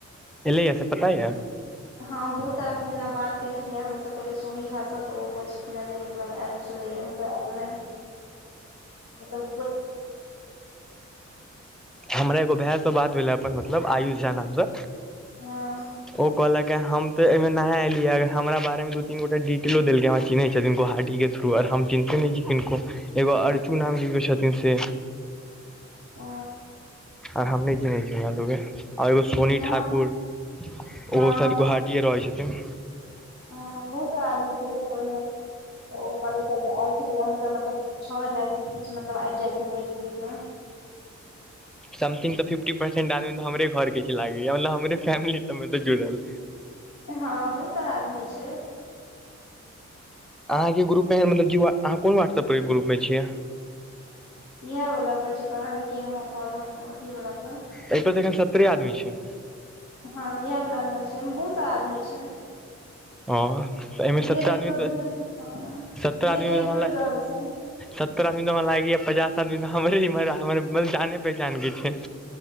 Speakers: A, in the centre; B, on the left.
A: ऐलैया से पता य?
B: हँ बहुत सारा मतलब जेना बात केने छलियै हमे सब पहिले सोनी झाँ तऽ ओ कहे छलख ह जे मतलब आयल छलै या हुनकर आयल रहै। ओकर
A: हमर एगो भयसँ बात भेला अपन मतलब आयुष झा नामसँ
B: हँ
A: ओ कहलक ह हम तऽ एहिमे ना एलियैग हमरा बारे मे दू तीन गोटा डिटेलो देलकै हम चिन्हैत छथिन गोहाटी के थ्रू आर हम चिन्ते नहि छी किनको एगो अर्चू नाम क कियो छथिन से
B: ओ
A: आर हम नहि चिन्है छीह सब आर एगो सोनी
B: नहि
A: ठाकुर
B: हम हँ
A: ओ साइद गोहा किये रहै छथिन।
B: हँ बहुत आदमी छलै पहिमे ओ पले आयल छलै हुनकर मतलब छओ हजार की किछु मतलब आबि जाय छै एक वीक मे
A: समथिंग तऽ फिफ्टी परसेंट आदमी तऽ हमरे घर के छैय लागय मतलब हमरे फैमिली सब मे तऽ जुड़ल।
B: हँ बहुत सारा आदमी छैय।
A: अहाँ के ग्रुप मे मतलब जह कोन व्हट्सप के ग्रुप मे छियै?
B: इहे वाला पर जे पर अहाँके केलहु हं कॉल हम अथी वाला पर।
A: एहि पर तऽ एखन सतरे आदमी छैय।
B: हँ तऽ इएह वला मे छैय बहुत सा आदमी छैय।
A: हँ तऽ एहिमे
B: धीरे
A: सत्रह
B: धीरे
A: आदमी
B: सब
A: तऽ
B: जुड़ धीरे
A: सत्रह आदमीमे
B: धीरे जुड़
A: तऽ हमरा
B: रहल छैय।
A: सत्तर आदमी तऽ हमरा लागि पचास आदमी हमर म जान पहिचान के छैय।